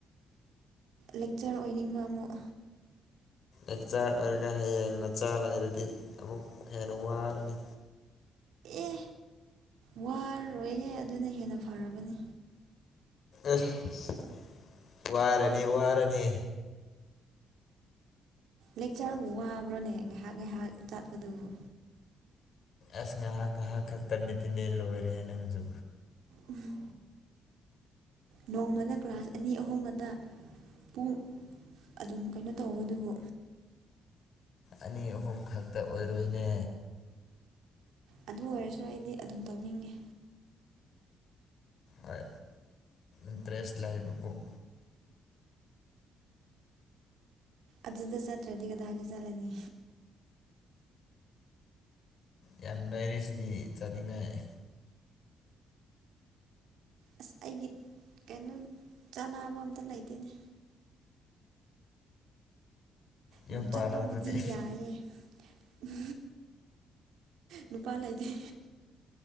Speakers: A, on the right (about 80°); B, on the left (about 60°).
A: ꯂꯦꯛꯆꯥꯔ ꯑꯣꯏꯅꯤꯡꯕ ꯑꯃꯨꯛ
B: ꯑꯣꯖꯥ ꯑꯣꯏꯔꯒ ꯍꯌꯦꯡ ꯅꯆꯥ ꯂꯩꯔꯗꯤ ꯑꯃꯨꯛ ꯍꯦꯟꯅ ꯋꯥꯔꯅꯤ
A: ꯑꯦ ꯋꯥꯔꯣꯏꯍꯦ ꯑꯗꯨꯅ ꯍꯦꯟꯅ ꯐꯔꯕꯅꯤ
B: ꯑꯁ ꯋꯥꯔꯅꯤ ꯋꯥꯔꯅꯤ
A: ꯂꯦꯛꯆꯔꯕꯨ ꯋꯥꯕ꯭ꯔꯅꯦ ꯉꯥꯏꯍꯥꯛ ꯉꯥꯏꯍꯥꯛ ꯇꯠꯄꯗꯨꯕꯨ
B: ꯑꯁ ꯉꯥꯏꯍꯥꯛ ꯉꯥꯏꯍꯥꯛ ꯈꯛꯇꯅꯦ ꯇꯤꯟꯅꯦ ꯂꯣꯏꯔꯦꯍꯦ ꯅꯪꯁꯨ
A: ꯎꯝ ꯅꯣꯡꯃꯗ ꯀ꯭ꯂꯥꯁ ꯑꯅꯤ ꯑꯍꯨꯝꯒꯗ ꯄꯨꯡ ꯑꯗꯨꯝ ꯀꯩꯅꯣ ꯇꯧꯕꯗꯨꯕꯨ
B: ꯑꯅꯤ ꯑꯍꯨꯝ ꯈꯛꯇ ꯑꯣꯏꯔꯣꯏꯅꯦ
A: ꯑꯗꯨ ꯑꯣꯏꯔꯁꯨ ꯑꯩꯗꯤ ꯑꯗꯨꯝ ꯇꯧꯅꯤꯡꯉꯦ
B: ꯍꯣꯏ ꯏꯟꯇꯥꯔꯦꯁ ꯂꯩꯕꯕꯨ
A: ꯑꯗꯨꯗ ꯆꯠꯇ꯭ꯔꯗꯤ ꯀꯗꯥꯏꯗ ꯆꯠꯂꯅꯤ
B: ꯌꯥꯝ ꯂꯩꯔꯤꯁꯤꯗꯤ ꯆꯠꯅꯤꯡꯉꯥꯏ
A: ꯑꯁ ꯑꯩꯒꯤ ꯀꯩꯅꯣ ꯆꯥꯅꯕ ꯑꯝꯇ ꯂꯩꯇꯦꯅꯦ
B: ꯌꯨꯝ
A: ꯎꯝ
B: ꯄꯥꯜꯂꯣ
A: ꯆꯠꯄꯕꯨꯗꯤ
B: ꯑꯗꯨꯗꯤ
A: ꯌꯥꯏꯌꯦ ꯎꯝ ꯅꯨꯄꯥ ꯂꯩꯇꯦ